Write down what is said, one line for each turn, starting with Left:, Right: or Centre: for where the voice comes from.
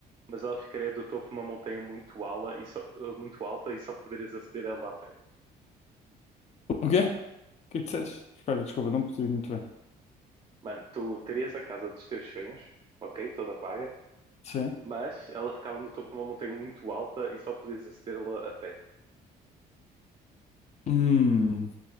Right: mas ela ficaria do topo de uma montanha muito, ala e só- eh, muito alta e só poderias aceder a ela a pé.
Left: O quê? O que é que disseste? Espera, desculpa, não percebi muito bem.
Right: Mano, tu terias a casa dos teus sonhos, ok, toda paga,
Left: Sim.
Right: mas ela ficava no topo de uma montanha muito alta e só podias acedê-la a pé.
Left: Hum,